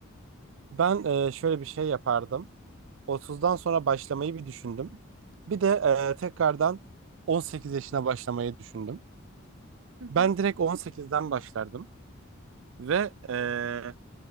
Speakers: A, on the right; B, on the right.
A: Ben
B: Evet.
A: eee, şöyle bir şey yapardım. Otuzdan sonra başlamayı bir düşündüm. Bir de eee, tekrardan 18 yaşına başlamayı düşündüm.
B: Hı hı.
A: Ben direkt 18'den başlardım ve eee,